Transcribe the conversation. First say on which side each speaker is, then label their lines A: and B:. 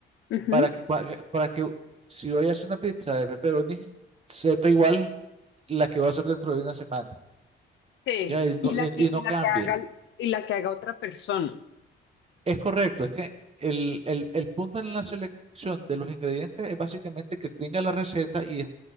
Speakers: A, on the left; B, on the right.
A: Ujú.
B: Para que, cua- eh, para que si hoy hace una pizza de pepperoni sepa igual la que va a hacer dentro de una semana,
A: Sí.
B: ¿ya? Y no,
A: Y la
B: y
A: que, y
B: y no
A: la
B: cambie.
A: que haga, y la que haga otra persona.
B: Es correcto, es que el, el- el punto en la selección de los ingredientes es básicamente que tenga la receta y, es-